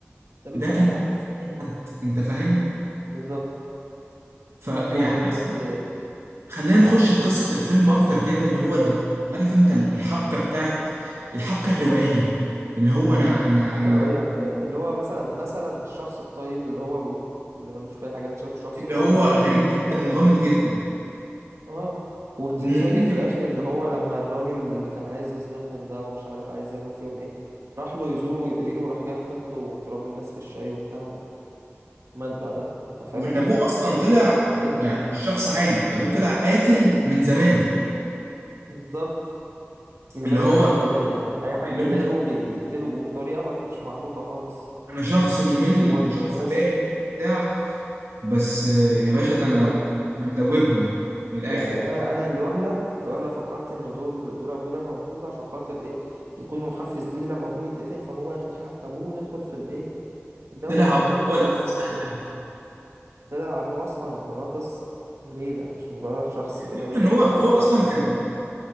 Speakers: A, on the right; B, on the right.
A: ده بيدوس
B: ده كان
A: على اي حد
B: بيدوس على اي حد انت فاهم
A: بالظبط
B: فيعني
A: لا هو بجد
B: مثلا خلينا نخش
A: مم.
B: في قصه الفيلم اكتر كده اللي هو ال- عارف انت ال- الحبكه بتاعت الحبكه الروائيه اللي هو انا انا
A: حاجة
B: انا
A: روائية حرفيا اللي هو مثلا مثلا الشخص الطيب اللي هو أبوه اللي ملوش في أي حاجة أنت شايف شخص
B: اللي
A: قعيد
B: هو غريب
A: وطيب
B: جدا
A: وغلبان
B: وغامض جدا
A: اه وتتفاجئ
B: وممل
A: في الآخر إن هو لما الراجل اللي كان عايز يظلمهم ده ومش عارف عايز يعمل فيهم إيه راح له يزوره ويدعي له وراح جاي حاطط له تراب الماس في الشاي وبتاع ومات بعدها أنت فاهم؟
B: وان ابوه اصلا طلع
A: إيه ده؟
B: يعني مش شخص عادي ده ابوه طلع قاتل من زمان
A: بالظبط من
B: اللي
A: زمان
B: هو
A: قوي كمان يعني أي حد
B: اللي
A: يضايقه
B: هو انا
A: بيقتله وبطريقة ما- مش معروفة خالص
B: أنا شخص ممل
A: وما
B: وشخص
A: بتتلاحظش
B: تاهي وبتاع بس آه، يا باشا ده
A: بالظبط
B: انا انا مدوبهم من الاخر
A: يعني انا انا الوهله الوهله فكرت ان دور دور ابوه ده موجود عشان خاطر ايه يكون محفز ليه لما ابوه يتقتل فهو ياخد حق ابوه وندخل في الايه في الدوامه
B: طلع
A: الطبيعيه
B: ابوه
A: للافلام
B: هو الاساس
A: المصريه
B: بتاع الفيلم
A: طلع ابوه اصلا وراه قصه وليله مش مجرد شخص كده
B: الفكره
A: بس
B: ان هو
A: محفز
B: هو اصلا
A: مثلا
B: كان
A: او كده